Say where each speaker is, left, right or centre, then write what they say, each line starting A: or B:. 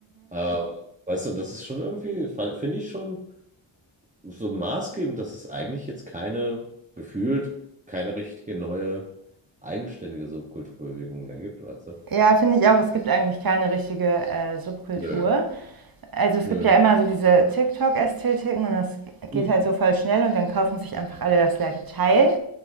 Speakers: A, on the right (about 15°); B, on the right (about 45°).
A: Ähm, weißt du, das ist schon irgendwie, fa- finde ich schon so maßgebend, dass es eigentlich jetzt keine, gefühlt, keine richtige neue, eigenständige Subkulturbewegung mehr gibt, weißt du?
B: Ja, finde ich auch. Es gibt eigentlich keine richtige äh, Subkultur.
A: Nö,
B: Also es
A: nö.
B: gibt ja immer so diese TikTok-Ästhetiken und das geht
A: Hm.
B: halt so voll schnell und dann kaufen sich einfach alle das gleiche Teil.